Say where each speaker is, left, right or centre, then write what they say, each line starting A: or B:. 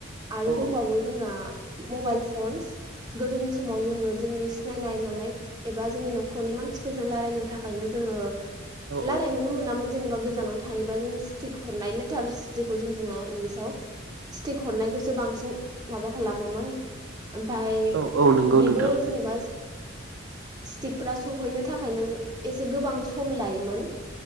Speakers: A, on the right; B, on the right.
A: आरो
B: औ
A: दंबावो जोंना मबाइल फन्स गोदोनि समाव जोङो जोंनि सिनायनाय मानाय एबा जोंनि न'खरनि मान सिफोरजों रायलायनो थाखायनो जोङो
B: औ
A: रायलायनोनो मोनामोन जेनेबा गोजानाव थायोबा जोङो सिटिक हरनाय लेटार्स जेखौ जों बुङो इंलिस याव स्टिक हरनायखौसो बांसिन माबा खालामोमोन ओमफाय
B: औ औ नंगौ
A: बेबो
B: नोंथां
A: जेनेबा स्टिकफ्रा सहैनो थाखायनो एसे गोबां सम लायोमोन।